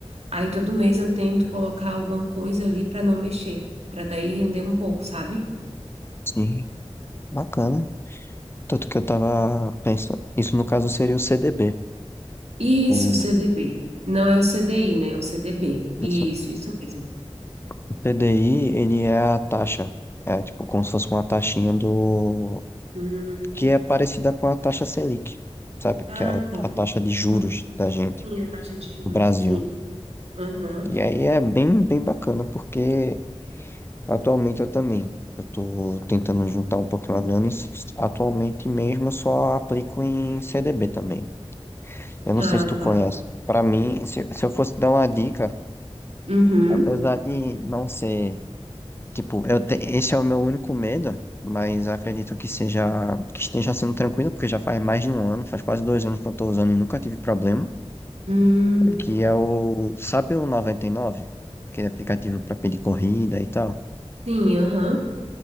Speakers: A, on the right; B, on the left.
A: Aí todo mês eu tento colocar alguma coisa ali para não mexer, para daí render um pouco, sabe?
B: Sim, bacana. Tanto que eu tava pensando, isso no caso seria o CDB.
A: Isso,
B: O,
A: CDB. Não é o CDI, né? É o CDB.
B: isso.
A: Isso, isso mesmo.
B: o CDI, ele é a taxa, é tipo como se fosse uma taxinha do,
A: Hum,
B: que é parecida com a taxa Selic, sabe?
A: ah,
B: Que é a,
A: tá.
B: a taxa de juros
A: Uhum.
B: da gente,
A: Sim, a taxa de juros,
B: do Brasil.
A: sim. Aham.
B: E aí é bem, bem bacana, porque atualmente eu também, eu tô tentando juntar um pouquinho a grana e s- atualmente mesmo eu só aplico em CDB também. Eu não
A: Ah,
B: sei se tu
A: tá.
B: conhece. Para mim, se, se eu fosse dar uma dica,
A: Uhum.
B: apesar de não ser, tipo, eu te- esse é o meu único medo, mas acredito que seja, que esteja sendo tranquilo, porque já faz mais de um ano, faz quase dois anos que eu tô usando e nunca tive problema.
A: Hum,
B: que é o, sabe o 99? Aquele aplicativo para pedir corrida e tal.
A: sim, aham.